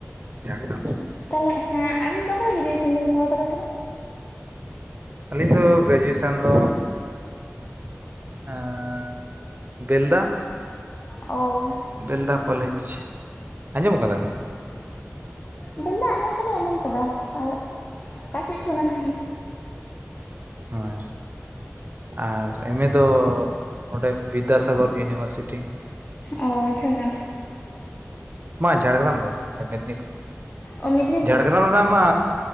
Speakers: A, on the right; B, on the left.
A: ᱡᱷᱟᱲᱜᱨᱟᱢ
B: ᱛᱟᱦᱚᱞᱮᱸ ᱦᱮᱸ ᱟᱵᱤᱱ ᱫᱚ ᱚᱠᱟᱨᱮ ᱜᱨᱮᱡᱩᱭᱮᱥᱚᱱ ᱵᱤᱱ ᱠᱚᱲᱟᱣ ᱟᱠᱟᱫᱟ ᱛᱟᱦᱚᱞᱮ
A: ᱟᱹᱞᱤᱧ ᱫᱚ ᱜᱨᱮᱡᱩᱭᱮᱥᱚᱱ ᱫᱚ ᱟᱨ ᱵᱮᱞᱫᱟ
B: ᱚᱣ
A: ᱵᱮᱞᱫᱟ ᱠᱚᱞᱮᱡᱽ ᱟᱸᱡᱚᱢ ᱟᱠᱟᱫᱟ ᱵᱤᱱ
B: ᱵᱮᱞᱫᱟ ᱟᱸᱡᱚᱢ ᱫᱚᱞᱤᱧ ᱟᱸᱡᱚᱢ ᱠᱟᱫᱟ ᱟᱫᱚ ᱚᱠᱟᱥᱮᱫ ᱪᱚ ᱚᱱᱟ ᱫᱚ
A: ᱦᱳᱭ ᱟᱨ ᱮᱢ ᱮ ᱫᱚ ᱱᱚᱸᱰᱮ ᱵᱤᱫᱽᱫᱟᱥᱟᱜᱚᱨ ᱤᱭᱩᱱᱤᱵᱷᱟᱨᱥᱤᱴᱤ
B: ᱚ ᱡᱷᱟᱲᱜᱨᱟᱢ
A: ᱵᱟᱝ ᱡᱷᱟᱲᱜᱨᱟᱢ ᱫᱚ ᱵᱟᱝ ᱱᱚᱰᱮ ᱢᱮᱫᱽᱱᱤᱯᱩᱨ
B: ᱚ ᱢᱮᱫᱽᱱᱤᱯᱩᱨ
A: ᱡᱷᱟᱲᱜᱨᱟᱢ ᱨᱮᱱᱟᱜ ᱢᱟ